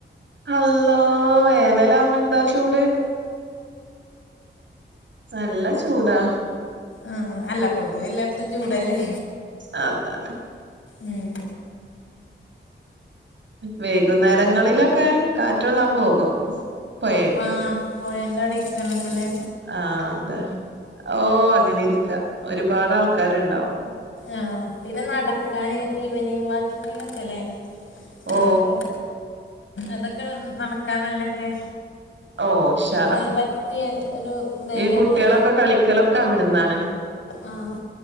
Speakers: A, on the right (about 70°); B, on the left (about 85°).
A: അല്ലോ വേനലാകുപ്പോ എന്താ ചൂട്. നല്ല ചൂടാ..
B: ആഹ് അല്ല പൊതുവെ എല്ലാർത്തും ചൂടല്ലേ.
A: ആഹ് അതാണ്.
B: ഉം..
A: വൈകുന്നേരങ്ങളിലൊക്കെ കാറ്റള്ളാൻ പോകും. പൊഴേക്ക്
B: വ് പോയന്റെ അടക്കണക്കല്ലേ.
A: ആഹ് അതെ ഓഹ് അങ്ങനെ ഇരിക്ക, ഒരുപാട് ആൾക്കാരുണ്ടാവും.
B: ആഹ് പിന്നെ നടക്കാൻ ഈവനിങ് വാക്കിങ്ങ ഒക്കെല്ലേ?
A: ഓ
B: അതൊക്കെ അതൊക്കെ നടക്കാ നല്ലൊക്കെ.
A: ഓ ഉഷാറാ
B: അല്ല പറ്റിയ ഒരു ഇത കേക്കാറല്ലേ?
A: ഈ കുട്ടികളൊക്കെ കളിക്കലൊക്കെ അവിടുന്നാണ്
B: ആഹ്..